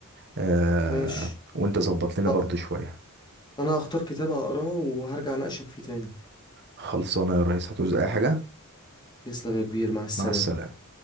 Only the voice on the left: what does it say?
ماشي
آه،
انا هختار كتاب هقراه وهرجع اناقشك فيه تاني
تسلم يا كبير مع السلامة